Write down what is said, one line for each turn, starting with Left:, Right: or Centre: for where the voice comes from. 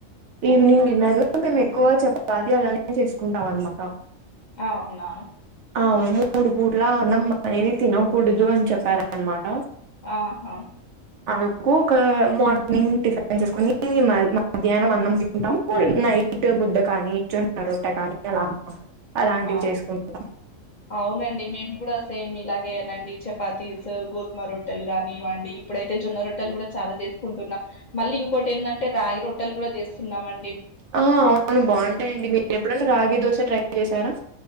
Right: ఈవినింగ్ డిన్నర్లో మేము ఎక్కువ చపాతీ అలానే చేస్కుంటాం అన్నమాట.
Left: అవునా
Right: అవున్ మూడు పూటల అన్నం అనేది తినకూడదు అని చెప్పారన్మాట.
Left: ఆహా!
Right: అందుకు ఒక మార్నింగ్ టిఫిన్ చేస్కొని మధ్యాహ్నం అన్నం తింటాం నై నైట్ ముద్ద కానీ జొన్న రొట్ట కానీ అలా అలాంటివి
Left: ఆ
Right: చేసుకుంటాం
Left: అవునండి మేము కూడా సేమ్ ఇలాగే నండి చపాతీస్, గోధుమ రొట్టెల్ కానివ్వండి ఇప్పుడైతే జొన్న రొట్టెల్ గుడా చ చాలా చేస్కుంటున్నా. మళ్ళీ ఇంకోటేన్దంటె రాగి రొట్టల్ కూడా చేస్తున్నామం
Right: అహా అవును బాగుంటాయండి మీరెప్పుడైన రాగి దోశ ట్రై చేశారా?